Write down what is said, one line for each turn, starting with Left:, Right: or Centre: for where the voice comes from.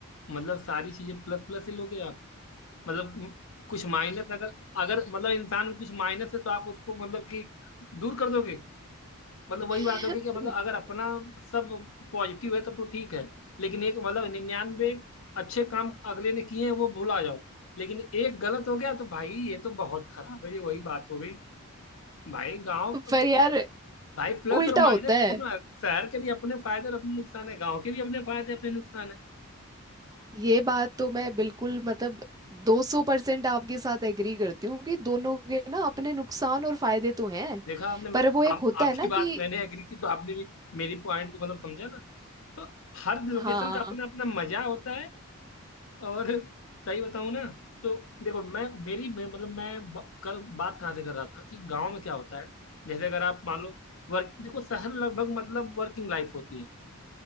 Left: मतलब सारी चीजें प्लस प्लस ही लोगे आप मतलब म- कुछ माइनस अगर अगर मतलब इंसान में कुछ माइनस है तो आप उसको मतलब कि दूर कर दोगे मतलब वही
Right: <laughs>
Left: बात होगी कि मतलब अगर अपना सब पॉजिटिव है तब तो ठीक है लेकिन एक मतलब निन्यानवे अच्छे काम अगले ने किए हैं वो भुला जाओ लेकिन एक गलत हो गया तो भाई ये तो बहुत खराब है ये वही बात हो गई भाई गांव
Right: पर यार
Left: भाई प्लस
Right: उल्टा
Left: और माइनस
Right: होता
Left: दोनों
Right: है
Left: है। शहर के भी अपने फायदे और अपने नुकसान है गांव के भी अपने फायदे अपने नुकसान है
Right: ये बात तो मैं बिल्कुल मतलब 200 परसेंट आपके साथ एग्री करती हूँ कि दोनों के ना अपने नुकसान और फायदे तो हैं
Left: देखा आपने
Right: पर वो एक
Left: आप
Right: होता
Left: आपकी
Right: है ना
Left: बात
Right: कि
Left: मैंने एग्री की तो आपने भी मेरी पॉइंट को मतलब समझा ना तो हर लोकेशन
Right: हाँ
Left: का अपना अपना मजा होता है और सही बताऊं ना तो देखो मैं मेरी मैं, मतलब मैं ब- कर बात कहाँ से कर रहा था कि गांव में क्या होता है जैसे अगर आप मान लो वर्क देखो शहर लगभग मतलब वर्किंग लाइफ होती है